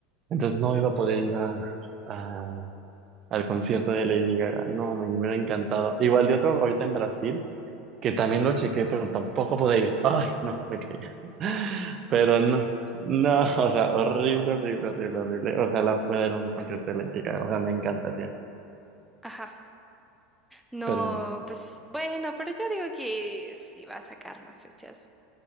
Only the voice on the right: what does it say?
entonces no iba a poder ir a, a- al concierto de Lady Gaga, no, me hubiera encantado. Igual de otro ahorita en Brasil, que también lo chequé, pero tampoco pude ir. Ay, no, me caía. Pero no, no, <laughs> o sea, horrible, horrible, horrible, horrible. Ojalá pueda ir a un concierto de Lady Gaga, o sea, me encantaría.
Pero,